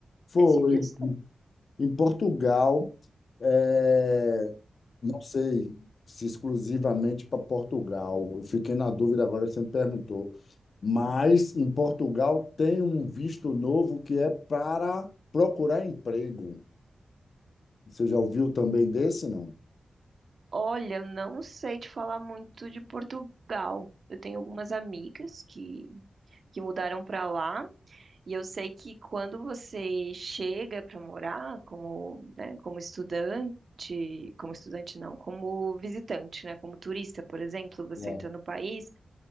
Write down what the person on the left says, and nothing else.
Foi.
Em Portugal, é, não sei se exclusivamente para Portugal. Eu fiquei na dúvida agora que você me perguntou. Mas em Portugal tem um visto novo que é para procurar emprego. Você já ouviu também desse, não?
É,